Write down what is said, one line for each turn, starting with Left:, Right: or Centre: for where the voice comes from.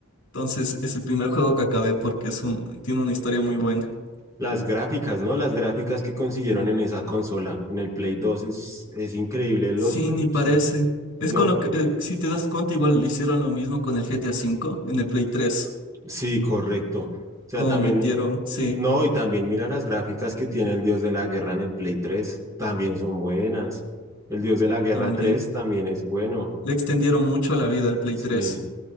Left: entonces es el primer juego que acabé porque es un, tiene una historia muy buena.
Right: Las gráficas, ¿no? Las gráficas que consiguieron en esa consola, en el Play 2, es, es increíble. Los,
Left: Sí, ni parece.
Right: sí,
Left: Es
Right: no.
Left: con lo que, eh, si te das cuenta, igual hicieron lo mismo con el GTA V en el Play tres
Right: Sí, correcto. O sea,
Left: Como
Right: también,
Left: metieron, sí,
Right: no, y también mira las gráficas que tiene el Dios de la Guerra en el Play 3, también son buenas. El Dios de la Guerra
Left: también.
Right: tres también es bueno.
Left: Le extendieron mucho la vida al Play
Right: Sí.
Left: tres